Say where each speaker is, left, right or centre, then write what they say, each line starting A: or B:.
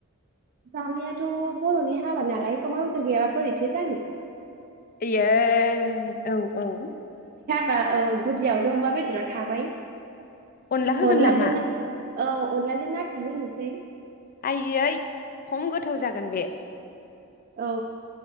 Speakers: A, on the right; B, on the left.
A: जानायाथ' बर'नि हाबा नालाय अमा बेदर गैयाब्ला बोरैथो जानो
B: ए औ औ।
A: बा औ गुदियावनो अमा बेदरा थाबाय।
B: अनला होगोन
A: अनलाजों
B: नामा?
A: ना औ अनलाजों नाथुर होनोसै।
B: आइयै खम गोथाव जागोन बे।
A: औ